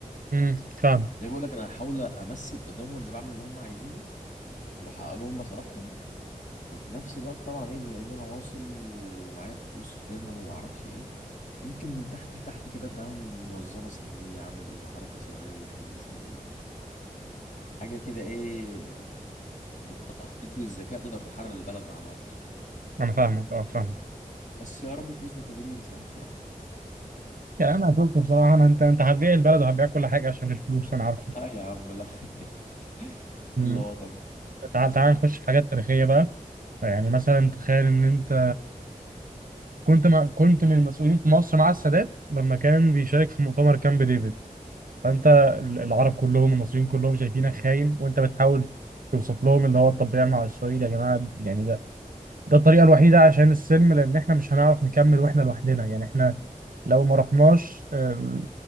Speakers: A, on the right; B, on the left.
A: امم فاهم
B: زي ما بقول لك انا هحاول امثل قدامهم اني بعمل اللي هم عايزينه وبحقق لهم مصالحهم وفي نفس الوقت طبعا ايه بما ان انا واصل ومعايا فلوس منهم وما اعرفش ايه ممكن من تحت لتحت كده ابدا اعمل منظمه سريه اعمل حركه سريه حزب سري حاجه كده ايه بالتخطيط والذكاء تقدر تحرر البلد مع الوقت
A: انا فاهمك اه فاهم
B: بس يا رب الفلوس ما تغريني ساعتها بقى
A: يعني انا هشوف بصراحه انا انت انت هتبيع البلد وهتبيع كل حاجه عشان الفلوس انا عارفه
B: <laughs> لا يا عم لا <laughs>
A: مم.
B: الا وطني
A: تعال تعال نخش في حاجات تاريخيه بقى يعني مثلا تخيل ان انت كنت مع... كنت من المسؤولين في مصر مع السادات لما كان بيشارك في مؤتمر كامب ديفيد فانت ال- العرب كلهم المصريين كلهم شايفينك خاين وانت بتحاول توصف لهم اللي هو طب ده يعمل على اسرائيل يا جماعه يعني ده ده الطريقه الوحيده عشان السلم لان احنا مش هنعرف نكمل واحنا لوحدنا يعني احنا لو ما رحناش آه،